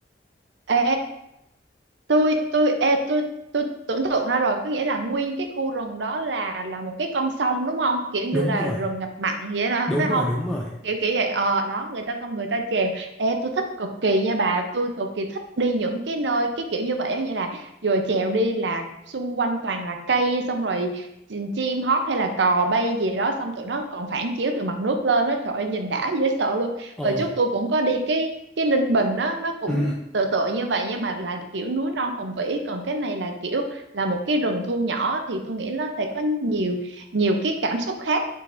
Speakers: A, on the right (about 80°); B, in the centre.
A: Ê tôi tôi ê, tôi tôi tưởng tượng ra rồi có nghĩa là nguyên cái khu rừng đó là là một cái con sông đúng không kiểu như
B: đúng
A: là
B: rồi
A: rừng ngập mặn vậy đó
B: đúng
A: phải không
B: rồi đúng rồi
A: kiểu kiểu vậy ờ đó người ta xong người ta chèo ê tôi thích cực kỳ nha bà tôi cực kỳ thích đi những cái nơi cái kiểu như vậy á nghĩa là vừa chèo đi là xung quanh toàn là cây xong rồi chi- chim hót hay là cò bay gì đó xong tụi nó còn phản chiếu từ mặt nước lên đó trời ơi nhìn đã dễ sợ
B: ờ
A: hồi trước tôi cũng có đi cái cái Ninh Bình đó nó cũng
B: ừ
A: tựa tựa như vậy nhưng mà là kiểu núi non hùng vĩ còn cái này là kiểu là một cái rừng thu nhỏ thì tôi nghĩ nó sẽ có nhiều nhiều cái cảm xúc khác